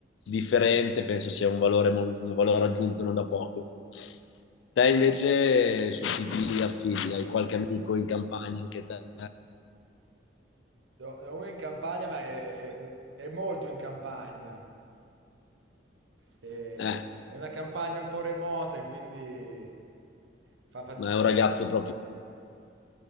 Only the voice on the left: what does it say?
differente, penso sia un valore, mol- un valore aggiunto non da poco. Te invece su chi ti affidi? Hai qualche amico in campagna anche te?
Eh,
ma
è un ragazzo
proprio,